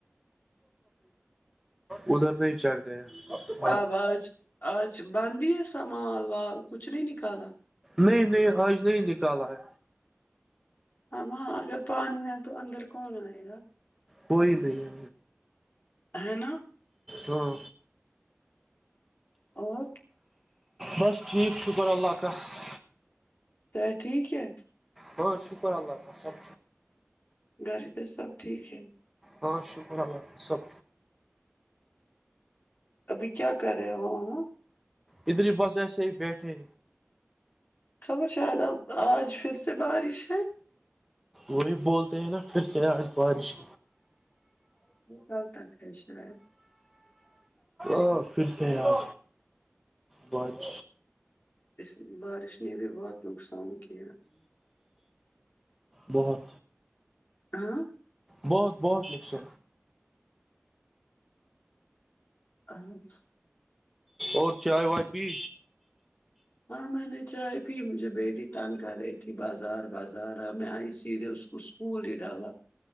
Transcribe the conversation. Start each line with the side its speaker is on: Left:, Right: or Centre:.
Centre: ادھر نہیں چڑھ ج <unintelligible>
Left: آب آج آج بند ہی ہےا مال وال کچھ نہیں نکالا <unintelligible>
Centre: نہیں نہیں حج نہیں نکالا ہے
Left: ہاں اگر پانی ہے تو اندر کون آئے گا
Centre: کوئی نہیں
Left: ہے نا
Centre: ہاں
Left: اور
Centre: بس ٹھیک شکر اللہ کااں <unintelligible>
Left: س ٹھیک ہے
Centre: ہاں شکر اللہ خف سب
Left: گھر پہ سب ٹھیک ہے
Centre: ہاں شکر اللہ سب
Left: ابھی کیا کر رہے ہو ہو
Centre: ادھر ہی بس ایسے ہی بیٹھے
Left: خبر شاید اب آج پھر سے بارش ہے
Centre: وہی بولتے ہیں نا پھر کیا آج بارش
Left: کل تک ہے شاید
Centre: ا پھر سے یار بج
Left: اس بارش نے بھی بہت نقصان کیا ہیں
Centre: بہت
Left: ہاں
Centre: بہت بہت لکھتے
Left: ان
Centre: اور چائے وائے پی
Left: ہاں میں نے چائے پی مجھے بیٹی تنگ کر رہی تھی بازار بازار میں آئی سیدھے اس کو اسکول ہی ڈالا